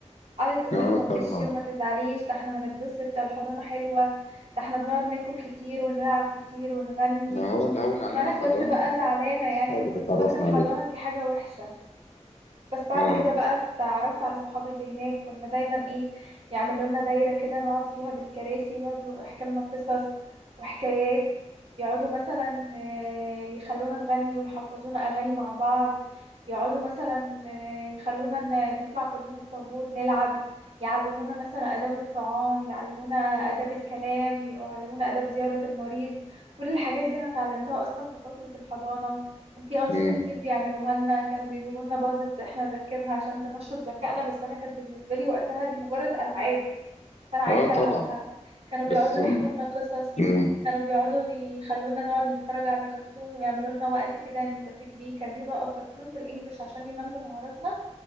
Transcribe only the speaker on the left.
آه
طبعا
ما هو اللي هون علينا
الحضانة
الأصحاب
اللي اتعرفنا
عليهم
آه
مم.
آه طبعا
بس هم
مم.